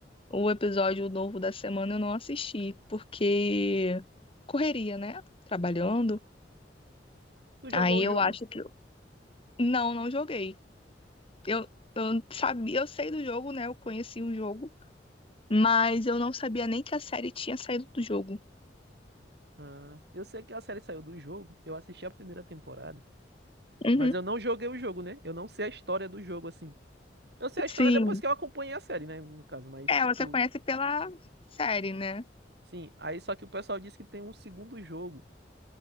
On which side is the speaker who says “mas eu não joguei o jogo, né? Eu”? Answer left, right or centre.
Right